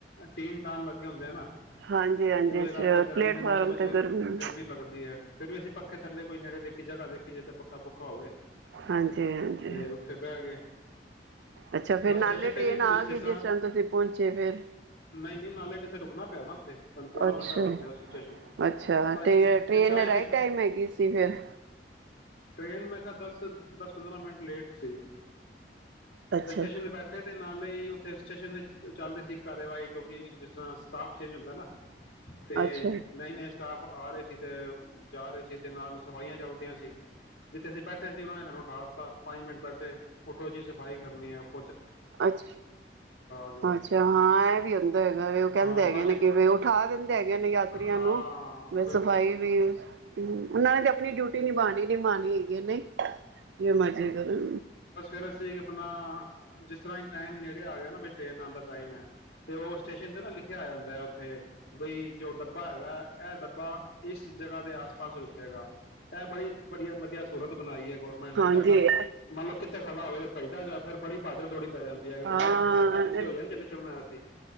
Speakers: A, on the left; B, on the right.
A: ਟੀਨ ਟਾਣ ਲੱਗੇ ਹੁੰਦੇ ਹੈ ਨਾ
B: ਹਾਂਜੀ ਹਾਂਜੀ
A: ਤੇ ਉਹਦੇ ਕਰਕੇ ਗਰਮੀ
B: ਪਲੇਟਫਾਰਮ
A: ਦੇ ਮੌਸਮ ਵਿੱਚ
B: ਤੇ ਗਰਮ
A: ਗਰਮੀ ਲੱਗਦੀ ਹੈ, ਫਿਰ ਵੀ ਅਸੀਂ ਪੱਖੇ ਥੱਲੇ ਕੋਈ ਨੇੜੇ ਦੇਖੀ ਜਗ੍ਹਾ ਦੇਖੀ, ਜਿੱਥੇ ਪੱਖਾ ਪੁਖਾਂ ਹੋਵੇ
B: ਹਾਂਜੀ ਹਾਂਜੀ
A: ਤੇ ਉੱਥੇ ਬਹਿ ਗਏ
B: ਅੱਛਾ ਫੇਰ
A: ਬਸ
B: ਨਾਲੇ
A: ਸਟੇਸ਼ਨ
B: ਟ੍ਰੇਨ
A: ਤੇ ਵੀ
B: ਆ ਗਈ
A: ਤਰ੍ਹਾਂ
B: ਜਿਸ ਟਾਈਮ ਤੁਸੀਂ ਪਹੁੰਚੇ ਫਿਰ
A: ਨਹੀਂ ਨਹੀਂ ਨਾਲੇ ਨ ਸੇ ਰੁਕਣਾ ਪਿਆ ਨਾ। ਤੇ ਸਾਨੂੰ ਪੌਣਾ
B: ਅੱਛਾ
A: ਘੰਟਾ ਰੋਕਿਆ ਸੀ ਸਟੇਸ਼ਨ ਤੇ
B: ਅੱਛਾ
A: ਅਸੀਂ
B: ਤੇ ਟ੍ਰੇਨ
A: ਜਿਸ ਤਰ੍ਹਾਂ
B: ਰਾਈਟ
A: ਅਸੀਂ
B: ਟਾਈਮ ਹੈਗੀ ਸੀ ਫੇਰ
A: ਟ੍ਰੇਨ ਮੈਂ ਕਿਹਾ ਦਸ ਦਸ ਪੰਦਰਾਂ ਮਿੰਟ ਲੇਟ ਸੀ।
B: ਅੱਛਾ
A: ਤੇ ਸਟੇਸ਼ਨ ਤੇ ਬੈਠੇ ਦੇ ਨਾਲ ਹੀ ਉਥੇ ਸਟੇਸ਼ਨ ਵਿੱਚ ਚੱਲ ਰਹੀ ਸੀ ਕਾਰਵਾਈ, ਕਿਉਂਕਿ ਜਿਸ ਤਰ੍ਹਾਂ ਸਟਾਫ ਚੇਂਜ ਹੁੰਦਾ ਨਾ ਤੇ
B: ਅੱਛਾ
A: ਨਹੀਂ ਨਹੀਂ। ਉਹ ਆ ਰਹੇ ਸੀ ਤੇ ਜਾ ਰਹੇ ਸੀ, ਤੇ ਨਾਲ ਸਫਾਈਆਂ ਚੱਲਦੀਆਂ ਸੀ ਜਿੱਥੇ ਅਸੀਂ ਬੈਠੇ ਸੀ, ਉਹਨਾਂ ਨੇ ਸਾਨੂੰ ਉਠਾ ਦਿੱਤਾ। ਪੰਜ ਮਿੰਟ ਬੈਠੇ, ਉੱਠੋ ਜੀ ਸ ਸਫਾਈ ਕਰਨੀ ਹੈ ਆਪ
B: ਅੱਛ
A: ਗਿਆ
B: ਅੱਛਾ ਹਾਂ ਇਹ ਵੀ ਹੁੰਦਾ ਹੈਗਾ ਵੇ, ਉਹ ਕਹਿੰਦੇ
A: ਹਾਂ
B: ਹੈਗੇ
A: ਬਸ ਜਿਸ-
B: ਨੇ ਕਿ ਉਠਾ ਦਿੰਦੇ ਹੈਗੇ ਨੇ ਯਾਤਰੀਆਂ
A: ਹਾਂ
B: ਨੂੰ, ਵੈਸੇ।
A: ਬਿਲਕੁਲ
B: ਸਫ਼ਾਈ
A: ਬਿਲਕੁਲ
B: ਵੀ, ਉਹਨਾਂ ਨੇ ਤੇ ਆਪਣੀ ਡਿਊਟੀ ਨਿਭਾਣੀ ਨਿਭਾਉਣੀ ਹੈਗੀ ਏ ਨਹੀਂ, ਜਿਵੇਂ ਮਰਜੀ ਕਰੋ
A: ਫ਼ਿਰ ਅਸੀਂ ਆਪਣਾ ਜਿਸ ਤਰ੍ਹਾਂ ਹੀ ਟਾਈਮ ਨੇੜੇ ਆ ਗਿਆ ਨਾ, ਵੀ ਟ੍ਰੇਨ ਆਉਣ ਦਾ ਟਾਈਮ ਹੈ, ਤੇ ਉਹ ਸਟੇਸ਼ਨ ਤੇ ਨਾ ਲਿਖਿਆ ਆ ਜਾਂਦਾ ਹੈ ਉੱਥੇ ਬਈ ਜੋ ਡੱਬਾ ਹੈਗਾ, ਇਹ ਡੱਬਾ ਬਾ ਇਸ ਜਗ੍ਹਾ ਦੇ ਆਸ ਪਾਸ ਰੁਕੇੇਗਾ, ਇਹ ਬੜੀ ਵਧੀਆ ਵਧੀਆ ਸੂਰਤ ਬਣਾਈ ਹੈ। ਗੌਰਮਟ
B: ਹਾਂਜੀ
A: ਨੇ ਤਾਂ ਆਪਦਾ, ਮੰਨ ਲੋ ਕਿੱਥੇ? ਖੜਾ ਹੋਵੇ ਤਾਂ ਭੱਜਦਾ ਜਾ ਫਿਰ ਬੜੀ ਭਾਜੜਦੋੜੀ ਪੈ ਜਾਂਦੀ ਹੈ, ਅਗਰ
B: ਹਾਂ
A: ਡੱਬਾ ਡੱਬਾ ਪਿੱਛੇ ਹੋ ਜਾਵੇ ਜੀਦੇ ਚ ਚੱਲੋ ਮੈਂ ਆਇਆ ਸੀ।